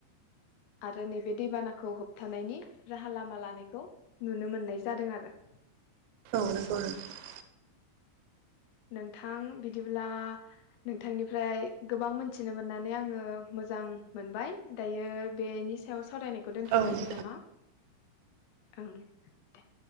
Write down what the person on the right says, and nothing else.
औ नंगौ नोंथां।
औ